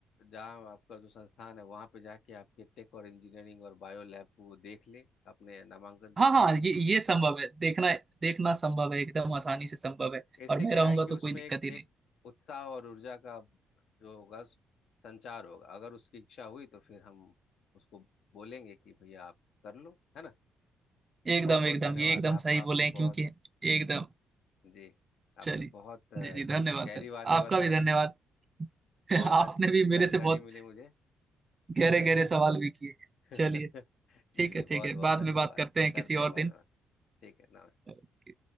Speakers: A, on the left; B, on the right.
A: जहाँ आपका जो संस्थान है वहां पे जाके आपके टेक और इंजीनियरिंग और बायो लैब को वो देख ले अपने नामांकन से
B: हाँ
A: पहले
B: हाँ ये ये संभव है देखना देखना संभव है एकदम आसानी से संभव है
A: ऐसे
B: और मैं
A: क्या
B: रहूंगा
A: है कि
B: तो
A: उसमें
B: कोई दिक्कत
A: एक
B: ही नहीं
A: एक उत्साह और ऊर्जा का जो होगा संचार होगा अगर उसकी इच्छा हुई तो फिर हम उसको बोलेंगे कि भैया आप कर लो है ना
B: एकदम
A: बहुत बहुत
B: एकदम
A: धन्यवाद
B: ये एकदम
A: आप
B: सही बोले
A: आपने
B: हैं क्योंकि
A: बहुत
B: एकदम
A: जी आपने
B: चलिए
A: बहुत अ,
B: जी जी धन्यवाद
A: गहरी बातें
B: आपका
A: बताई
B: भी धन्यवाद <laughs>
A: बहुत
B: आपने
A: अच्छी अच्छी
B: भी
A: जानकारी
B: मेरे से बहुत
A: मिली मुझे
B: गहरे
A: ठीक है
B: गहरे सवाल भी किए
A: <laughs>
B: चलिए
A: जी
B: ठीक
A: जी
B: है ठीक
A: बहुत
B: है
A: बहुत
B: बाद
A: धन्यवाद
B: में बात करते हैं किसी
A: करते हैं
B: और
A: बाद
B: दिन
A: में बात। ठीक है नमस्ते
B: ओके।